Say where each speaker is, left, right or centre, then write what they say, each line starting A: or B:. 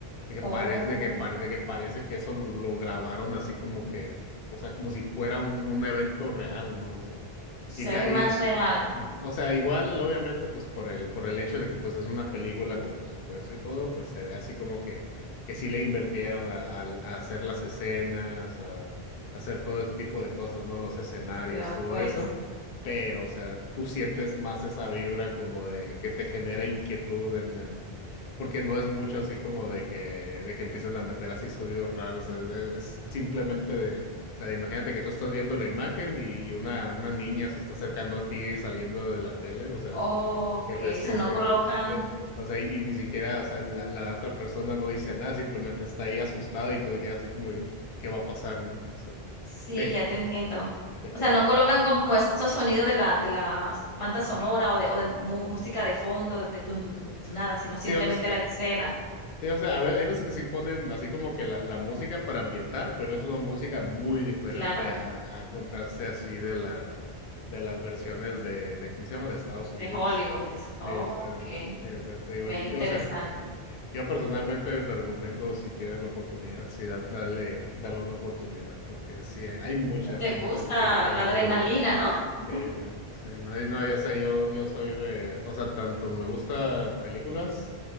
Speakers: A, on the left (about 65°); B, on the left (about 35°).
A: de que
B: Oh,
A: parece de que pare- de que parece que eso lo grabaron así como que, o sea, como si fuera un, un evento real, ¿no? O sea,
B: se
A: y te,
B: ve más
A: y
B: real.
A: Ajá. O sea, igual, obviamente, pues por el, por el hecho de que pues es una película con presupuesto y todo, pues se ve así como que, que sí le invirtieron a, al- a hacer las escenas, a, a hacer todo ese tipo de cosas, ¿no? Los escenarios,
B: ya
A: todo
B: pues.
A: eso. Pero, o sea, tú sientes más esa vibra como de que te genera inquietud en, en- porque no es mucho así como de que, de que empiecen a meter así sonidos raros, es, es simplemente sea, imagínate que tú estás viendo la imagen y una, una niña se está acercando a ti saliendo de la tele, o sea,
B: Okey,
A: es, es
B: o sea,
A: que,
B: no
A: es, eh,
B: colocan
A: eh, o sea, y, y ni siquiera, o sea, la, la otra persona no dice nada, simplemente está ahí asustada y tú te quedas así como que, pues, ¿qué va a pasar, no? O sea,
B: sí,
A: te,
B: ya te entiendo.
A: te
B: O
A: crea.
B: sea, no colocan como estos sonidos de la de la banda sonora o de o de mu música de fondo de tun, tun, tun, tun, tun, nada, sino simplemente
A: Digo, s-
B: la escena.
A: sí, o sea, a ve- hay veces que sí ponen así como que la, la música para ambientar, pero es una música muy diferente
B: Claro,
A: a, a contraste así de la, de las versiones de, de, ¿cómo se llama? De Estados Unidos.
B: de Hollywood, de eso. Okey,
A: Sí, o sea, sí, o sea, te digo,
B: ve
A: y,
B: interesante.
A: y, o sea, yo personalmente te recomiendo si tienes la oportunidad, sí, da- dale, dale una oportunidad, porque sí, hay, hay muchas,
B: No te gusta
A: muchas películas
B: la adrenalina,
A: muy buenas.
B: ¿no? <laughs>
A: Sí, sí, sí, no, y no, yo sé, yo, yo soy de, o sea, tanto me gusta películas